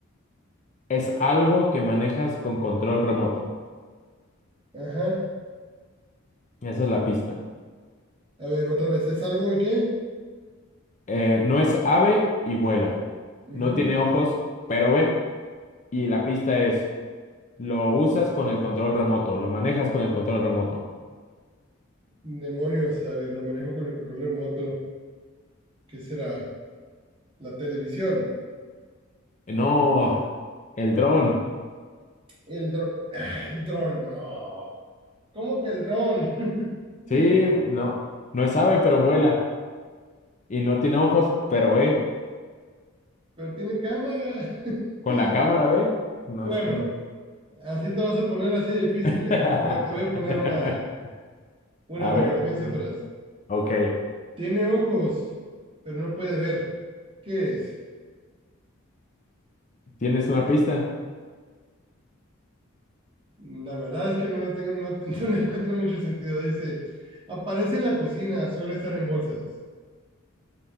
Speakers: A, on the left; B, on the right.
A: Es algo que manejas con control remoto,
B: Ajá.
A: esa es la pista.
B: A ver, otra vez, ¿es algo y qué?
A: Eh, no es ave y vuela,
B: Ujú.
A: no tiene ojos, pero ve, y la pista es, lo usas con el control remoto, lo manejas con el control remoto.
B: Demonios, a ver, lo manejo con el control remoto. ¿Qué será? La televisión.
A: Eh, No, el dron,
B: El dron. <clears throat> <sighs> El dron, no. ¿Cómo que el dron?
A: sí,
B: <laughs>
A: no, no es ave, pero vuela, y no tiene ojos, pero ve,
B: Pero tiene cámara. <laughs>
A: con la cámara ve, no
B: Bueno,
A: es...
B: así te vas a poner así difíciles.
A: <laughs>
B: Te voy te voy a poner una, una
A: A
B: para
A: ver,
B: que también
A: espera.
B: sufras.
A: ok.
B: Tiene ojos, pero no puede ver. ¿Qué es?
A: ¿Tienes una pista?
B: La verdad es que no le tengo, no, te- <laughs> no le encuentro mucho sentido. Dice, aparece en la cocina, suele estar en bolsas.